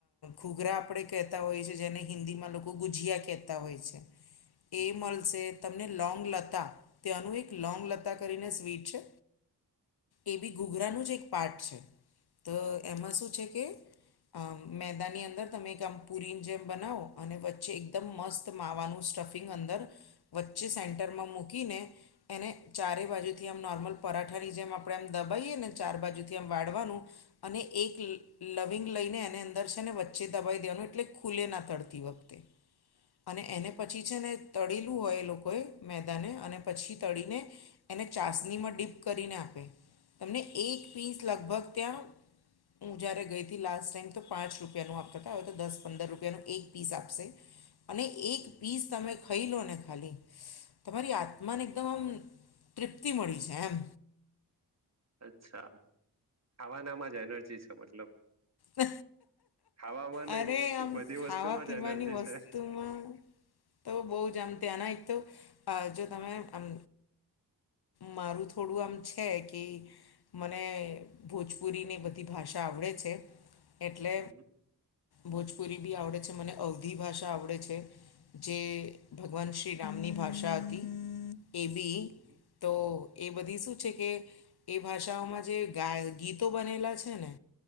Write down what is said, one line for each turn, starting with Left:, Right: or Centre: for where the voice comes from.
Left: ઘૂઘરા આપણે કહેતા હોય છેએ જેને હિન્દીમાં લોકો ગુજીિયા કહેતા હોય છે
Right: <inaudible>
Left: એ મળશે તમને લોંગ લતા તેનું એક લોંગ લતા કરીને સ્વીટ છે એ બી ગુગરાનું જ એક પાર્ટ છે તો એમાં શું છે કે આ મેદાની અંદર તમે એક આમ પુરી જેમ બનાવો અને વચ્ચે એકદમ મસ્ત માવાનું સ્ટફિંગ અંદર વચ્ચે સેન્ટરમાં મૂકીને એને ચારેય બાજુથી આમ નોર્મલ પરાઠા અઠાની જેમ આપણે આમ દબાવીએ ને ચાર બાજુથી આમ વાળવાનું અને એક લવિંગ લઈને એને અંદર છે ને વચ્ચે દબાવી દેવાનું એટલે ખુલે ના તડતી વખતે અને એને પછી છે ને તળેલું હોય એ લોકોએ મેદાને અને પછી તળીને એને ચાસણીમાં ડીપ કરીને આપે તમને એક પીસ લગભગ ત્યાં હું જ્યારે ગઈ હતી લાસ્ટ ટાાઈમ તો પાંચ રૂપિયાનું આપતા હતા હવે તો દસ પંદર રૂપિયાનું એક પીસ આપશે
Right: <inaudible>
Left: અને એક
Right: હમ.
Left: પીસ તમે ખઈ લો ને ખાલી તમારી આત્માને એકદમ આમ તૃપ્તિ મળી છે એમ
Right: અચ્છા ખાવાનામાં જ એનર્જી છે મતલબ
Left: હ
Right: ખાવામાં
Left: <inaudible>
Right: નહી
Left: અરે આમ
Right: બધી વસ્તુમાં
Left: ખાવા-પીવાની
Right: જ એનર્જી
Left: વસ્તુમાં
Right: છે
Left: તો બહુ જ આમ ત્યાંના એક તો જો તમે આમ મારું થોડું આમ છે કી મને ભોજપુરીને એ બધી ભાષા આવડે છે. એટલે
Right: હમ
Left: ભોજપુરી બી આવડે છે મને અવધી ભાષા આવડે છે. જે ભગવાન શ્રી રામની ભાષા હતી એ બી
Right: હમ
Left: તો એ બધી શું છે કે એ ભાષાઓમાં જે ગા ગીતો બનેલા છે ને